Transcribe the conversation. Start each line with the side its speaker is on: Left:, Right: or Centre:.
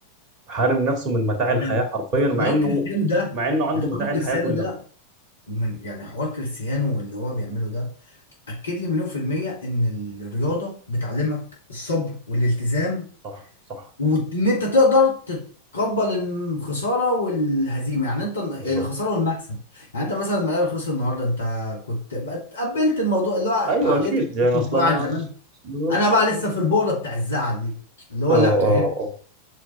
Right: حارم نفسه من متاع الحياه
Left: يعني
Right: حرفيا
Left: من
Right: مع
Left: حوار
Right: انه
Left: كريستيانو ده
Right: مع انه عنده
Left: من حوار
Right: متاع
Left: كريستيانو
Right: الحياه كلها
Left: ده من يعني حوار كريستيانو اللي هو بيعمله ده اكد لي مليون في المية ان الرياضة بتعلمك الصبر والالتزام
Right: صح صح
Left: وان انت تقدر تتقبل الخسارة والهزيمة يعني انت الخسارة
Right: بالظبط
Left: والمكسب يعني انت مثلا لما الاهلي خسر النهاردة انت كنت تقبلت الموضوع اللي هو
Right: ايوه
Left: عقليتك
Right: اكيد يعني
Left: كنت
Right: اصلا
Left: واعي
Right: يعني
Left: عن زمان
Right: بالظبط
Left: انا بقى لسه في البؤرة بتاع الزعل دي اللي هو
Right: اه
Left: لا كيت
Right: اه اه